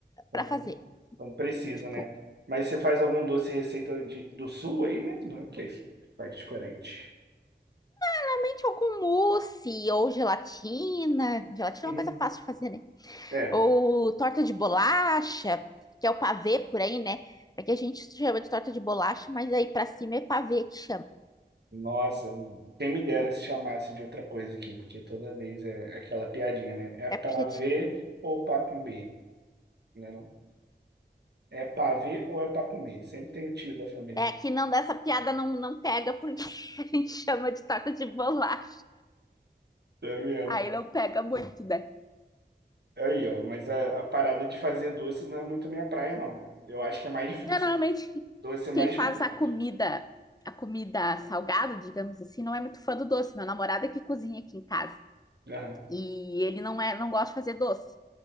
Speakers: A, on the right (about 65°); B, on the left (about 20°).
A: quando
B: pra fazer.
A: quando precisa,
B: Tipo,
A: né? Mas você faz algum doce receita de, do sul aí mesmo? É o que faz diferente.
B: realmente algum mousse ou gelatina. Gelatina
A: Uhum.
B: é uma coisa fácil de fazer, né?
A: É.
B: Ou torta de bolacha, que é o pavê por aí, né? Aqui a gente chama de torta de bolacha, mas aí pra cima é pavê que chama.
A: Nossa, quem me dera se chamasse de outra coisa aqui, porque toda vez é aquela piadinha, né? É
B: É,
A: pra
B: porque-
A: ver ou pra comer, né? Não? É pra ver ou é pra comer. Sempre tem o tio da família
B: é
A: que
B: que não dessa piada não, não pega porque <laughs> a gente chama de torta de bolacha.
A: tá vendo.
B: Aí não pega muito, né?
A: Aí, ó, mas a, a parada de fazer doce não é muito minha praia, não. Eu acho que é mais difícil.
B: É, normalmente
A: Doce é mais
B: quem faz
A: difícil,
B: a
A: eu
B: comida,
A: acho.
B: a comida salgada, digamos assim, não é muito fã do doce. Meu namorado é que cozinha aqui em casa
A: Aham,
B: e ele não é, não gosta de fazer doce.